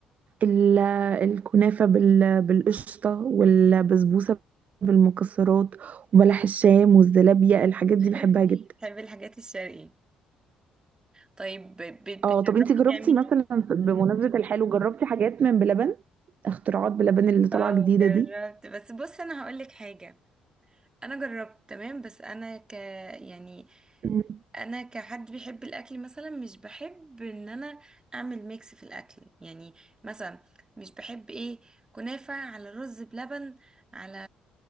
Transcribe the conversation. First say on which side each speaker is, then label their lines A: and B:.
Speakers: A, on the right (about 45°); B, on the right (about 25°).
A: ال- الكنافه بال- بالقشطه والبسبوسه بالمكسرات وبلح الشام والزلابيه الحاجات
B: <laughs>
A: دي بحبها جدا
B: بحب الحاجات الشرقية طيب ب... بتعرفي
A: اه طب انت جربتي
B: تعملي
A: مثلا بمناسبة الحلو جربتي حاجات من بلبن اختراعات بلبن اللي طالعة
B: اه
A: جديدة
B: جربت
A: دي
B: بس بص انا هقولك حاجة انا جربت تمام بس انا ك يعني
A: مم.
B: انا كحد بيحب الاكل مثلا مش بحب ان انا اعمل ميكس في الاكل يعني مثلا مش بحب ايه كنافة على رز بلبن على